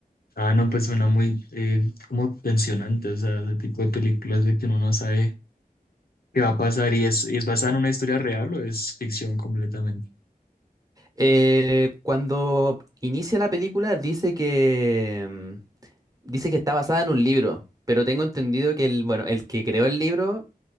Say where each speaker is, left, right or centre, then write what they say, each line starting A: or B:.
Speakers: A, on the left; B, on the right.
A: Ah, no, pues suena muy eh, como tensionante, o sea, ese tipo de películas de que uno no sabe qué va a pasar y es, es basada en una historia real o es ficción completamente.
B: Eh, cuando inicia la película dice que... mm, Dice que está basada en un libro, pero tengo entendido que el, bueno, el que creó el libro